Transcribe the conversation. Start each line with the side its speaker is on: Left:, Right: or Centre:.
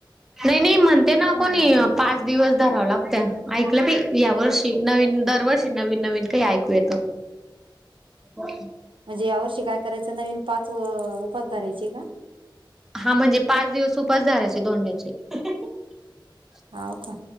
Centre: नाही नाही म्हणते ना कोणी अं पाच दिवस धराव लागत्या ऐकलं बई ह्या वर्षी नवीन दरवर्षी नवीन नवीन काही ऐकू येतं. <unintelligible>
Right: म्हणजे यावर्षी काय करायचं नवीन पाच अ उपास धरायचे का?
Centre: हां म्हणजे पाच दिवस उपास धरायचे दोंड्याचे. <inaudible>
Right: हाव का?